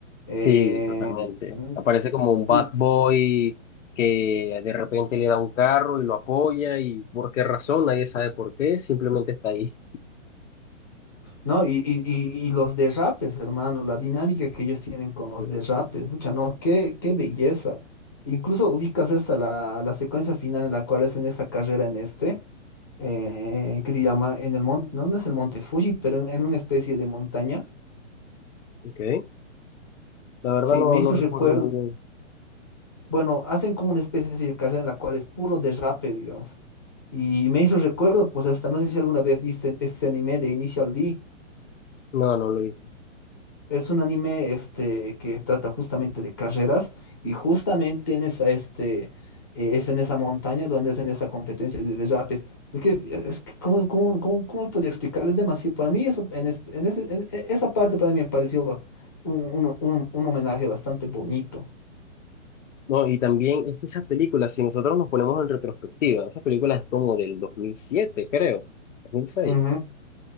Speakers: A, on the left (about 20°); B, on the left (about 80°).
A: Eh,
B: Sí, totalmente.
A: mm,
B: Aparece como un bad
A: y-
B: boy que de repente le da un carro y lo apoya y por qué razón, nadie sabe por qué, simplemente está ahí.
A: ¿no? Y, y- y- y los derrapes, hermano, la dinámica que ellos tienen con los
B: Sí,
A: derrapes, pucha, no, qué, qué belleza. Incluso ubicas esta, la, la secuencia final en la cual es en esta carrera en este, eh, que se llama en el monte, no, no es el monte Fuji, pero en, en una especie de montaña.
B: Okay. La verdad
A: Sí,
B: no,
A: me hizo
B: no recuerdo
A: recuerdo,
B: muy bien.
A: Bueno, hacen como una especie así de carrera en la cual es puro derrape, digamos. Y me hizo recuerdo, pues hasta no sé si alguna vez viste este anime de Initial D.
B: No, no lo he visto.
A: Es un anime este, que trata justamente de carreras y justamente en esa, este, eh, es en esa montaña donde hacen esa competencia de derrape. Es que, eh, es que ¿cómo, cómo, cómo, cómo podría explicar? Es demasiado. Para mí eso, en, es- en ese- en e- esa parte para mí me pareció ba- un, un- un- un homenaje bastante bonito.
B: No, y también es que esas películas, si nosotros nos ponemos en retrospectiva, esas películas es como del 2007, creo, 2006.
A: Ujú.